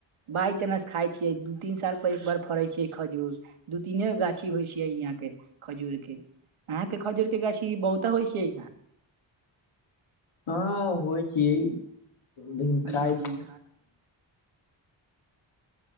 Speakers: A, on the right (about 85°); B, on the left (about 85°).
A: बाय चानस खाय छियै दू तीन साल पर एक बार फड़े छियै खजूर दू तीने गाछी होइ छै यहाँंकेँ खजूर के अहाँकेँ खजूर के गाछी बहुता होइ छै
B: हँ होइ छियै न
A: हूँ
B: खाय छै